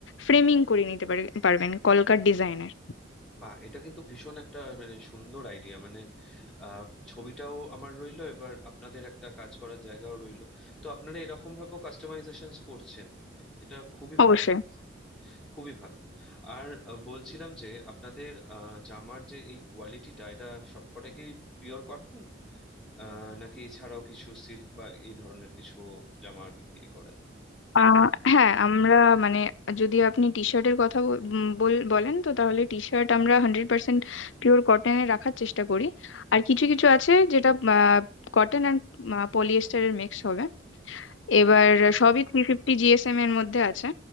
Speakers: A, on the left; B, in the centre.
A: ফ্রেমিং করে নিতে পারে- পারবেন কলকার ডিজাইনের
B: বা এটা কিন্তু ভীষণ একটা মানে সুন্দর আইডিয়া মানে আহ ছবিটাও আমার রইলো এবার আপনাদের একটা কাজ করার জায়গাও রইলো তো আপনারা এরকম ভাবেও কাস্টমাইজেশন করছেন এটা খুবই
A: অবশ্যই
B: ভালো খুবই ভালো আর আহ, বলছিলাম যে আপনাদের আহ, জামার যে এই কোয়ালিটিটা এটা সবকটা কি পিওর কটন আহ নাকি এছাড়াও কিছু সিল্ক বা এই ধরনের কিছু জামা বিক্রি করেন
A: আহ, হ্যাঁ আমরা মানে যদি আপনি টি শার্টের কথা বল- উম, বল- বলেন তো তাহলে টি শার্ট আমরা হান্ড্রেড পার্সেন্ট পিওর কটনে রাখার চেষ্টা করি আর কিছু কিছু আছে যেটা কটন অ্যান্ড পলিয়েস্টারের মিক্স হবে
B: হুম
A: এবার
B: হুম,
A: সবই থ্রি ফিফটি জিএসএম এর মধ্যে আছে